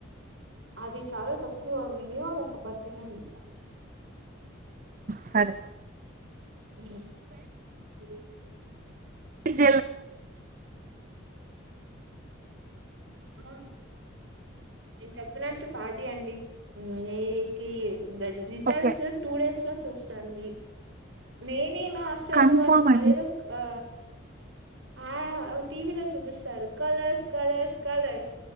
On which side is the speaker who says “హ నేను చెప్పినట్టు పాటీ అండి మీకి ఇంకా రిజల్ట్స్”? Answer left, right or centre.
Right